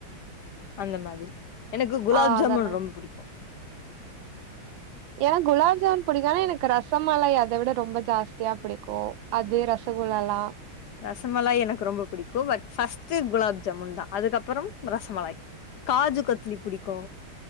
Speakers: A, on the left; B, on the right.
A: அந்த மாதிரி எனக்கு குலாப்
B: ஆ
A: ஜாமுன்
B: அதெல்லா
A: ரொம்ப புடிக்கு
B: ஏனா குலாப் ஜாமன் புடிக்கு ஆனா எனக்கு ரசமலாய் அத விட ரொம்ப ஜாஸ்தியா புடிக்கு அது ரசகு ல்லா
A: ரசமலாய் எனக்கு ரொம்ப பிடிக்கு பட் ஃபர்ஸ்ட் குலாப் ஜாமுன் தா அதுக்கப்புறம் ரசமுலாய் காஜு கட்லி புடிக்கு